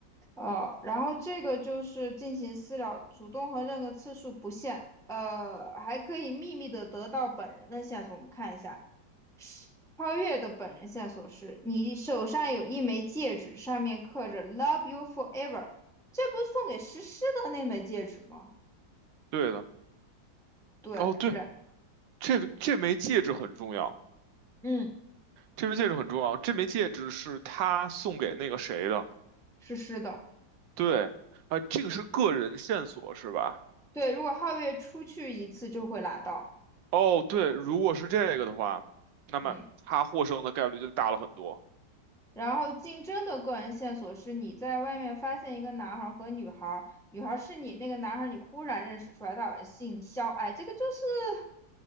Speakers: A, in the centre; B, on the right.
A: 呃，然后这个就是进行私聊，主动和任何次数不限，呃，还可以秘密的得到本人的线索。我们看一下，是超越的本人线索是你手上有一枚戒指，上面刻着 “Love you forever”，这不是送给诗诗的那枚戒指吗？
B: 对的。
A: 对，
B: 哦，对，
A: 然
B: 这个这枚戒指很重要，
A: 嗯，
B: 这枚戒指很重要，这枚戒指是他送给那个谁的。
A: 诗诗的，
B: 对，啊、这个是个人线索是吧？
A: 对，如果皓月出去一次就会拿到，
B: 哦，对，如果是这个的话，那么他获胜的概率就大了很多。
A: 嗯。然后竞争的个人线索是你在外面发现一个男孩和女孩女孩是你那个男孩你忽然认识出来他好像姓肖，哎，这个就是